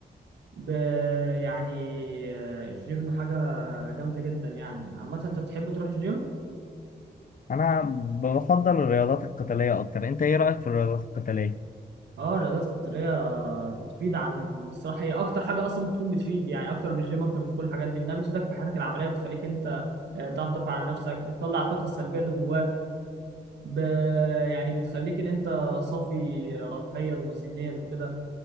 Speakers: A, on the right; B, on the left.
A: ب- يعني آه، الجيم حاجة جامدة جدا يعني عامة انت بتحب تروح الجيم؟
B: انا بفضل الرياضات القتاليه اكتر انت ايه رايك في الرياضات القتاليه
A: اه الرياضات القتالية بتفيد عن الصراحة هي أكتر حاجة أصلا ممكن تكون بتفيد يعني أكتر من الجيم أكتر من كل الحاجات دي إنها بتفيدك في حياتك العملية بتخليك أنت آه، تعرف تدافع عن نفسك بتطلع الطاقة السلبية اللي جواك ب... يعني بتخليك ان انت صافي روحيا وذهنيا وكده